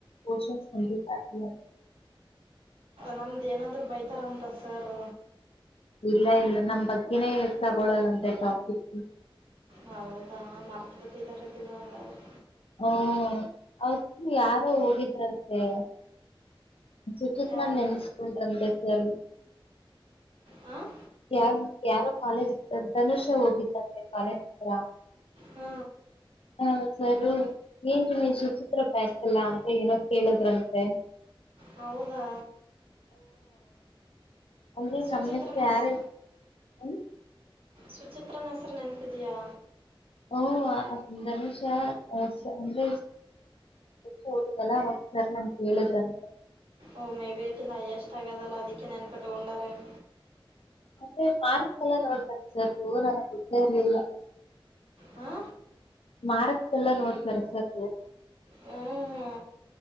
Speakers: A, on the left (about 85°); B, on the right (about 80°).
A: ಪೋಷನ್ ಕಂಪ್ಲೀಟ್ ಆಗಿಲ್ಲ.
B: ನಮ್ದೇನಾದರೂ ಬೈತಾರಂತ ಸರ್,
A: ಇಲ್ಲ ಇಲ್ಲ ನಮ್ ಬಗ್ಗೆನೇ ತಗೊಳಲ್ಲಂತೆ ಟಾಪಿಕ್.
B: ಹೌದಾ ಮರ್ತ್ ಬಿಟ್ಟಿದಾರ ಬೀಡು ಹಂಗದ್ರ
A: ಹ್ಮ ಅವತ್ತು ಯಾರೋ ಹೋಗಿದ್ರಂತೆ ಸುಚಿತ್ರನ್ನ
B: ಯಾರು
A: ನೆಮಿಸಕೊಂಡು ಅಂತಸರು
B: ಹಾಂ
A: ಯಾರು ಯಾರೋ ಕಾಲೇಜ್ ಇದ ತನುಷ್ಯ ಹೋಗಿದ್ದಾರೆ ಕಳತ್ರಾ
B: ಹ್ಮ
A: ಹಾ ಸರ್ ಏನ್ ನೀನ್ ಸುಚಿತ್ರ ಬಯಸ್ಲ್ಲ ಅಂತ ಏನೋ ಕೇಳದ್ರಂತೆ
B: ಹೌದಾ
A: ಅಂದ್ರೆ
B: ಸುಚಿತ್ರನ
A: ನಮ್ಮಷ್ಟ ಯಾರ
B: ಹೆಸ್-
A: ಇ ಹ
B: ಸುಚಿತ್ರನ ಹೆಸರು ನೆನ್ಪಿದಿಯಾ
A: ಓ ಧನುಷ ಅಂದ್ರೆಚ ಹೋಗುದಲ್ಲ ಅವಾಗಸರ್ ನನ್ ಹೇಳಿದ್ರಂತ
B: ಓ ಮೇಬಿ ಐಕ ನೈಯ್ಯ ಎಷ್ಟ ಆಗದ ಅಲ್ಲ ಅದಿಕ್ಕೆ ನೆನ್ಪಟ್ಟುೊಂಡರನ್
A: ಮೆ ಪಾರ್ಕ್ ಎಲ್ಲ ನೋಡ್ತಾರೆ ಸರ್ ಹವು ನನಗೆ ಗೊತ್ತೇ ಇರ್ಲಿಲ್ಲ
B: ಹಾ
A: ಮಾರ್ಕ್ಸ್ ಎಲ್ಲ ನೋಡ್ತಾರೆ ಸರ್
B: ಹ್ಞೂ